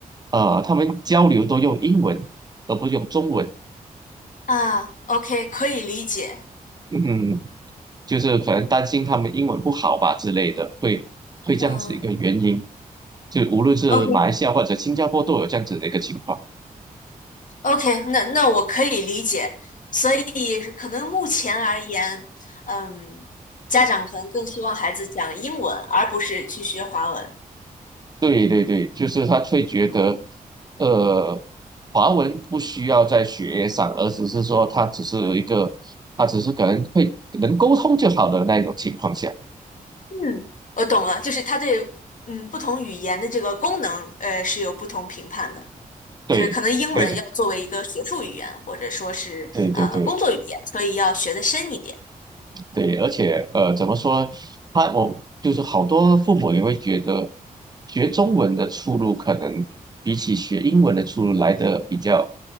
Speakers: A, on the right; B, on the left.
A: 呃，他们交流都用英文，而不用中文。
B: 啊，OK，可以理解。
A: 嗯，就是可能担心他们英文不好吧之类的，会会这样子一个原因。
B: 嗯。
A: 就无论是马来西亚或者新加坡都有这样子的一个情况。
B: OK OK，那那我可以理解，所以可能目前而言，嗯，家长可能更希望孩子讲英文，而不是去学华文。
A: 对对对，就是他会觉得，呃，华文不需要在学业上，而只是说他只是一个，他只是可能会能沟通就好的那一种情况下。
B: 嗯，我懂了，就是他对嗯不同语言的这个功能，呃，是有不同评判的，
A: 对，
B: 所以可能英文要作为一个学术语言，
A: 对的，
B: 或者说是呃工作语言，
A: 对对对。
B: 所以要学的深一点，
A: 对，而且呃，怎么说？他我就是好多父母也会觉得，学中文的出路可能比起学英文的出路来的比较，